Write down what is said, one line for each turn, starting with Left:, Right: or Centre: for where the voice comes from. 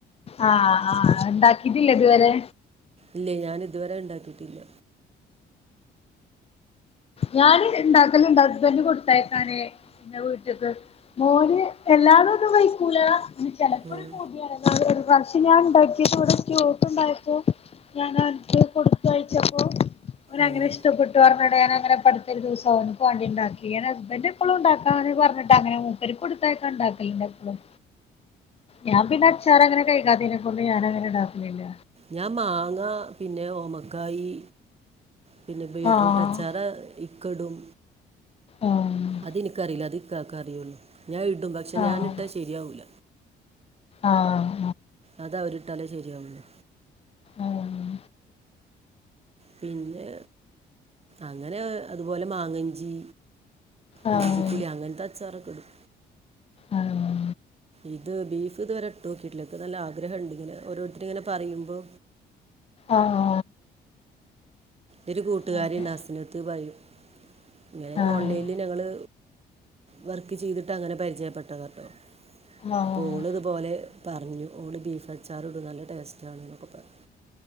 Left: ആഹ് ആഹ് ഉണ്ടാക്കിട്ടില്ലേ ഇതുവരെ
Right: ഇല്ലേഞാൻ ഇതുവരെ ഉണ്ടാക്കിട്ടില്ല
Left: ഞാൻ ഇണ്ടാക്കല് ഇണ്ട് ഹസ്ബൻഡ് കൊടുത്തേയക്കാന്പിന്നെ വീട്ട്ക്ക് മോന് എല്ലാതും ഒന്നും കൈക്കൂല പിന്ന ചെ
Right: ആഹ്
Left: ന്നാൾ ഒരു പ്രാവശ്യം ഞാൻ ഉണ്ടാക്കിയപ്പോ ഇവിടൊരു ക്യൂട്ട് ഉണ്ടായപ്പോ ഞാന് ഓൻക്ക് കൊടുത്തഴച്ചപ്പോ അവനങ്ങനെ
Right: ഉം.
Left: ഇഷ്ടപ്പെട്ടു പറഞ്ഞട ഞാനങ്ങനെ അടുത്ത ഒരു ദിവസം അവൻക്ക് വേണ്ടിണ്ടാക്കി ഞാൻ ഹസ്ബൻഡ് എപ്പോളും ഉണ്ടാക്കാന് പറഞ്ഞിട്ടങ്ങനെ മൂപ്പർക്ക് കൊടു ത്തയക്കാൻ ഉണ്ടാക്കലണ്ട് എപ്പോളും. ഞാൻ പിന്നെ അച്ചാർ അങ്ങനെ കൈക്കത്തീനെ കൊണ്ട് ഞാൻ അങ്ങനെ ഇണ്ടാക്കലില്ല
Right: ഞാൻ മാങ്ങ പിന്നെ ഓമക്കായി പിന്നെ ബീറ്റ്റൂട്ട്
Left: ആഹ്
Right: അച്ചാറ് ഇക്ക ഇടും
Left: ആഹ്
Right: അതെനിക്കറിയില്ല അത് ഇക്കാക്കെ അറിയുള്ളൂ ഞാൻ ഇടും പക്ഷെ
Left: ആഹ്
Right: ഞാനിട്ടാ ശരിയാവൂല
Left: ആഹ് ഹ്
Right: അത് അവരിട്ടാലേ ശരിയാവുള്ളു
Left: ആഹ്
Right: പിന്നെ അങ്ങനെ അതുപോലെ മാങ്ങഞ്ചി
Left: ആഹ്
Right: ഇഞ്ചി ഇല്ല്യ അങ്ങനത്തെ അച്ചാറൊക്കെ ഇടും
Left: ആഹ്
Right: ഇത് ബീഫ് ഇതുവരെ ഇട്ട് നോക്കീട്ടില്ല എനിക്ക് നല്ല ആഗ്രഹം ഉണ്ട് ഇങ്ങനെ ഓരോരുത്തരിങ്ങനെ പറയുമ്പോ
Left: ആഹ് ഹ്
Right: ഒരു കൂട്ടുകാരിയുണ്ട്
Left: അതെ
Right: അസ്നത്ത് പറയും ഇങ്ങനെ
Left: ആഹ്
Right: ഓൺലൈനിൽ ഞങ്ങള് വർക്ക് ചെയ്തിട്ട് അങ്ങനെ പരിചയപ്പെട്ടതാട്ടോ
Left: ആഹ്
Right: അപ്പൊ ഓള് ഇതുപോലെ പറഞ്ഞു ഓള് ബീഫ് അച്ചാറ് ഇടും നല്ല ടേസ്റ്റ് ആണ് എന്നൊക്കെ പറഞ്ഞു